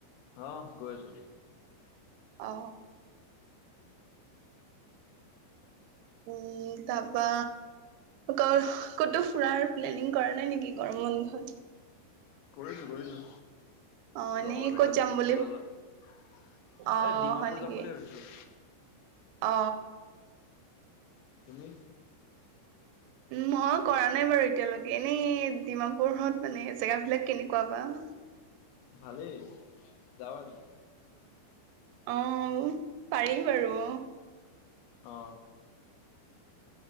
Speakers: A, on the left (about 85°); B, on the right (about 90°).
A: অ গৈ আছো।
B: অ। উম তাৰপা। ক'তো ফুৰাৰ প্লেনিং কৰা নাই নেকি গৰম বন্ধত।
A: কৰিছো কৰিছো।
B: অ এনেই
A: লগৰ বিলাকৰ
B: ক'ত যাম বুলি
A: লগত
B: অ
A: এই ডিমাপুৰ
B: হয় নেকি
A: যাম বুলি ভাবিছো।
B: অ।
A: তুমি।
B: মই কৰা নাই বাৰু এতিয়ালৈকে এনেই ডিমাপুৰত মানে জেগাবিলাক কেনেকুৱা বা। <inaudible>
A: ভালেই যাবা নি
B: অ পাৰি বাৰু?
A: অ